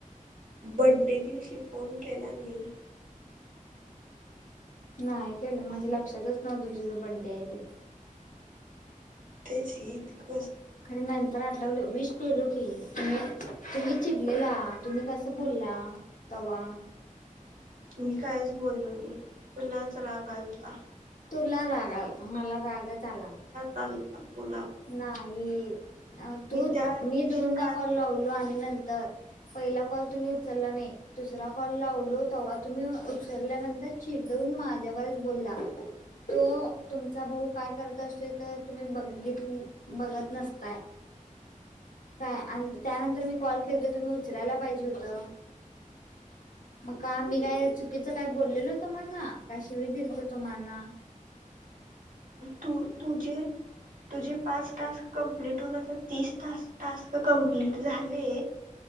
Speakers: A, on the right (about 80°); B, on the left (about 70°).
A: बड्डे दिवशी फोन केला नाही
B: नाही केल माझ्या लक्षातच नव्ह तुझी ज बड्डे आहे ते
A: तेची त
B: खरी नानंतरा वल विष टोलू की तुम् तुम्ही चिडलेला तुम्ही कस बोलला तवा
A: मी काहीच बोललो नाही तुलाच राग आलता
B: तुला राग आलत मला रागच आला
A: ल फु
B: नाही तू
A: त्या
B: मी
A: दिवशी
B: दोनदा
A: का
B: कॉल
A: ते
B: लावलो आणि नंतर पहिला कॉल तुम्ही उचलला नाही दुसरा कॉल लावलो तेव्हा तुम्ही उचलल्यानंतर िड देवून माझ्यावरच बोलला तो तुमचा भाऊ काय करत असतो तर तुम्ही बघ घ बघत नसताय काय आणि त्यानंतर मी कॉल करतेो तुम्ही उचलायला पाहिजे होतं
A: <unintelligible>
B: मग का मी काय चुकीचं काय बोललेलो तुम्हाना काय शिवी दिलीत तुम्हाना
A: तू तुझे तुझे पाच टास्क कंप्लीट होऊनता तीस टास्क कंप्लीट झाले